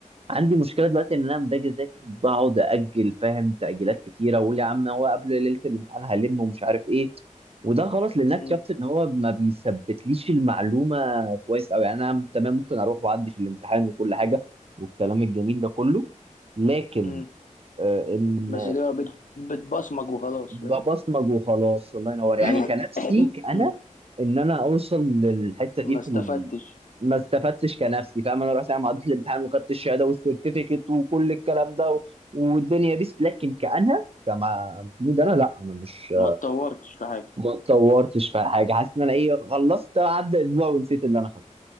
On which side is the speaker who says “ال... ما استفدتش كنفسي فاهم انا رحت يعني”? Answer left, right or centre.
Right